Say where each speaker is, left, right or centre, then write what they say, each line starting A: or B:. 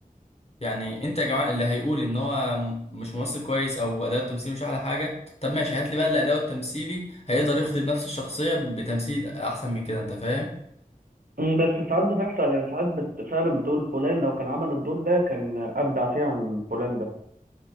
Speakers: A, on the left; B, on the right.
A: يعني انت يا جماعه اللي هيقول ان هو م- مش ممثل كويس او اداؤه التمثيلي مش احلى حاجه طب ماشي هات لي بقى اللي اداؤه التمثيلي هيقدر يخدم نفس الشخصيه بتمثيل احسن من كده انت فاهم
B: مم، بس ساعات بتحصل يعني ساعات بت... فعلا بتقول فلان لو كان عمل الدور ده كان أبدع فيه عن فلان ده